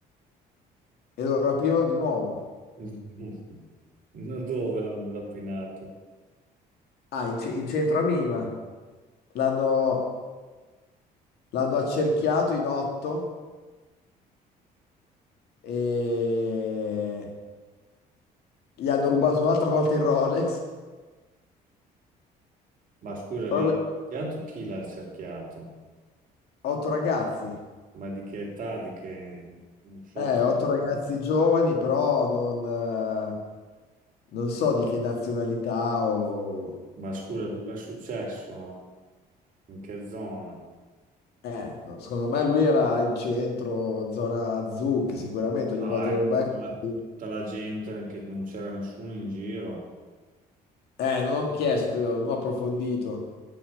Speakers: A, on the left; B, on the right.
A: e lo rapirono di nuovo.
B: <laughs> No, dove l'hanno rapinato?
A: Ah, in, ce- in centro a Mima. L'hanno l'hanno accerchiato in otto e gli hanno rubato un'altra volta il Rolex.
B: Ma scusa, l'ha
A: Però
B: cerchiato
A: que-
B: chi l'ha cerchiato?
A: otto ragazzi,
B: Ma di che età? Di che... Non so.
A: eh, otto ragazzi giovani, però non... eh, non so di che nazionalità o...
B: Ma scusa,
A: o-
B: dove è successo? In che zona?
A: eh, no, secondo me lui era in centro, zona azzurra, che sicuramente ogni
B: Ah,
A: volta
B: ecco,
A: che lo becco...
B: la- tutta la gente che non c'era nessuno in giro.
A: Eh, non ho chiesto, non ho approfondito.